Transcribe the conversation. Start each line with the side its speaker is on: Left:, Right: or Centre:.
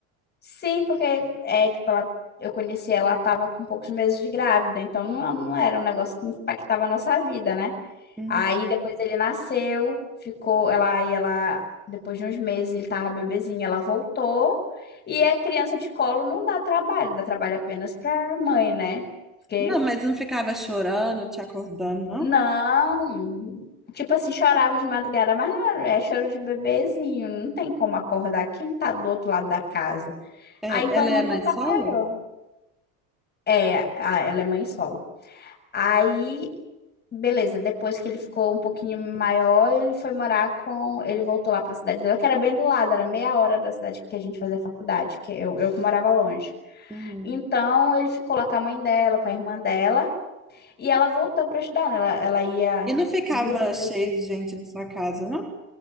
Left: Sim, porque é, tipo, ela, eu conheci ela, estava com poucos meses de grávida, então não, não era um negócio que impactava a nossa vida, né?
Centre: Uhum.
Left: Aí depois ele nasceu, ficou, ela, aí ela, depois de uns meses ele tava bebezinho, ela voltou, e é criança de colo não dá trabalho, dá trabalho apenas pra mãe, né? Porque,
Centre: Não, mas não ficava chorando, te acordando, não?
Left: não, tipo assim, chorava de madrugada, mas não, é é choro de bebezinho, não tem como acordar quem tá do outro lado da casa.
Centre: É,
Left: Aí então
Centre: ela
Left: nunca
Centre: é mãe
Left: atrapalhou.
Centre: solo?
Left: É, a- ela é mãe solo. Aí, beleza, depois que ele ficou um pouquinho maior, ele foi morar com. Ele voltou lá pra cidade dela, que era bem do lado, era meia hora da cidade que a gente fazia faculdade, que eu, eu que morava longe.
Centre: Uhum.
Left: Então, ele ficou lá com a mãe dela, com a irmã dela, e ela voltou pra estudar, né? Ela, ela ia
Centre: E não ficava
Left: duas, três
Centre: cheio
Left: vezes.
Centre: de gente na sua casa, não?